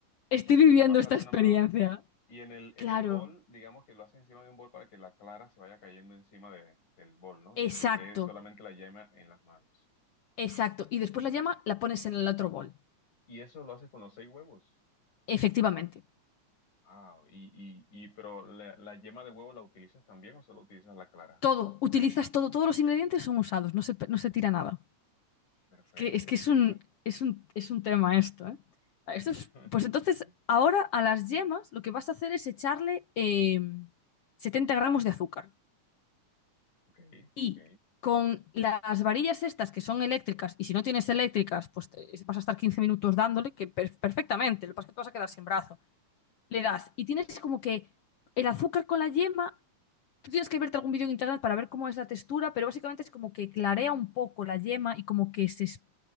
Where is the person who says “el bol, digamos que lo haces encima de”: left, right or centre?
Left